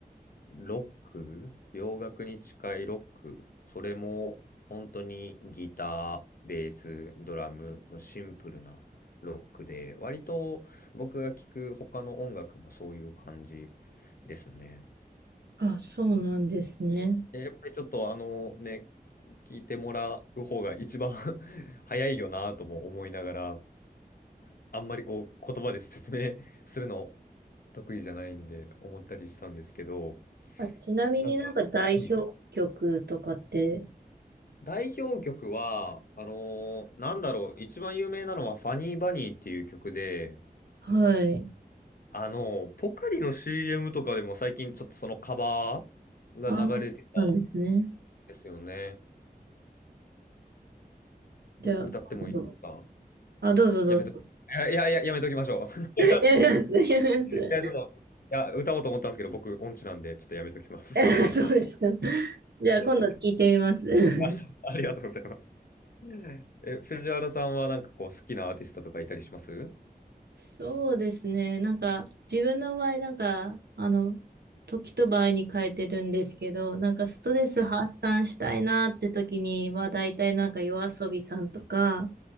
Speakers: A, on the left; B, on the right.
A: ロック、洋楽に近いロック、それも本当にギター、ベース、ドラムのシンプルなロックで、割と僕が聴く他の音楽もそういう感じですね。
B: あ、そうなんですね。
A: えやっぱりちょっとあのね、聞いてもらう方が一番 <laughs> 早いよなとも思いながら、あんまりこう言葉で説明するの得意じゃないんで思ったりしたんですけど、
B: あ、ちなみになんか代表曲とかって。
A: なんかはい代表曲は、あのーなんだろう、一番有名なのはファニーバニーっていう曲で、
B: はい。
A: あのーポカリの CM とかでも最近ちょっとそのカバーが流れてたん
B: あ、そうなんですね。
A: ですよね。
B: じゃあ、
A: う、歌ってもいいですか
B: 今度。あ、どうぞどうぞ。
A: やめと、いやいや、いややめときましょう。<laughs>
B: <laughs> やります、やります。
A: いや、ちょっと、いや、歌おうと思ったんですけど、僕音痴なんで、ちょっとやめときます。
B: <laughs> そうですか。じゃあ今度聞いてみます。
A: <laughs> あありがとうございます。え、藤原さんはなんかこう好きなアーティストとかいたりします
B: <laughs> そうですね。なんか自分の場合、なんかあの、時と場合に変えてるんですけど、なんかストレス発散したいなって時には、
A: はい。
B: 大体なんか y o a さんとか、